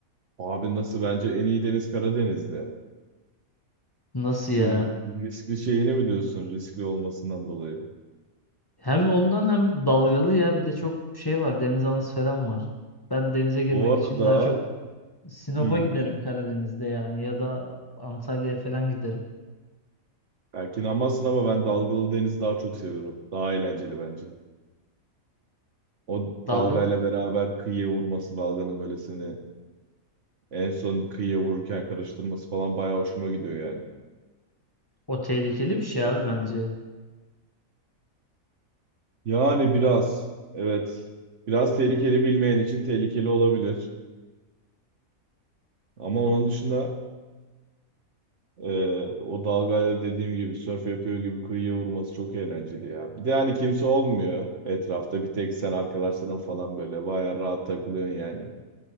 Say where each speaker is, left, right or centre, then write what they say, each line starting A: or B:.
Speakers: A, on the right (about 60°); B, on the left (about 15°).
A: Abi nasıl bence en iyi deniz Karadeniz'de.
B: Nasıl
A: Şu
B: ya?
A: riskli şeyini mi diyorsun riskli olmasından dolayı?
B: Hem ondan hem dalgalı ya bir de çok şey var deniz anası falan var. Ben denize girmek
A: Bu
B: için
A: arada
B: daha çok Sinop'a
A: hmm,
B: giderim Karadeniz'de yani ya da Antalya'ya falan giderim.
A: belki inanmazsın ama ben dalgalı deniz daha çok seviyorum. Daha eğlenceli bence. O
B: Dalga
A: dalgayla beraber kıyıya vurması dalganın böyle seni en son kıyıya vururken karıştırması falan bayağı hoşuma gidiyor yani.
B: o tehlikeli bir şey abi bence.
A: Yani biraz evet biraz tehlikeli bilmeyen için tehlikeli olabilir. Ama onun dışında Ee, o dalgayla dediğim gibi sörf yapıyor gibi kıyıya vurması çok eğlenceli ya. Bir de hani kimse olmuyor etrafta. Bir tek sen arkadaşların falan böyle bayağı rahat takılıyorsun yani.